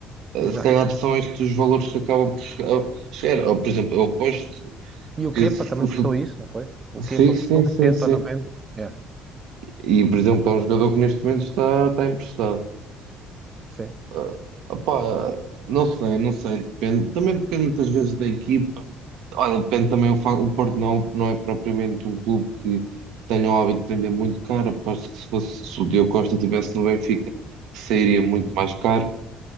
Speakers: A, on the right; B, on the right.
A: eh,
B: exato.
A: se calhar são estes os valores que acabam por chegar. eh, chegar. Ou, por exemplo, eu aposto
B: E o
A: que
B: Kepa
A: se,
B: também
A: se-
B: custou isso, não foi? O
A: Sim,
B: Kepa
A: sim,
B: custou
A: sim,
B: 80
A: sim.
B: ou noventa É,
A: E, por exemplo, é um jogador que neste momento está, está emprestado.
B: sim.
A: Ah, opá, não sei, não sei, depende. Também depende muitas vezes da equipa. Olha, depende também o, fa- o Porto não, não é propriamente um clube que tenha o hábito de vender muito caro. Aposto que se fosse, se o Diogo Costa estivesse no Benfica, sairia muito mais caro.